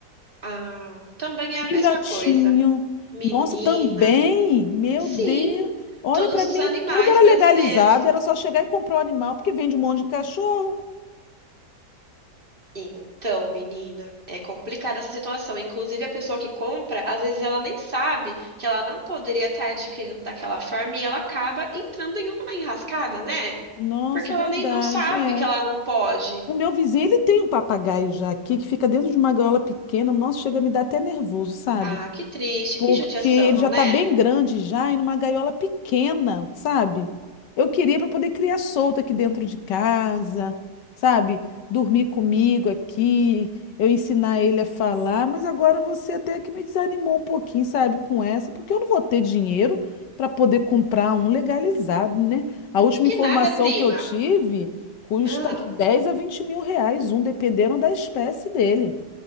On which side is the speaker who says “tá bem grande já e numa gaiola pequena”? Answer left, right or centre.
Left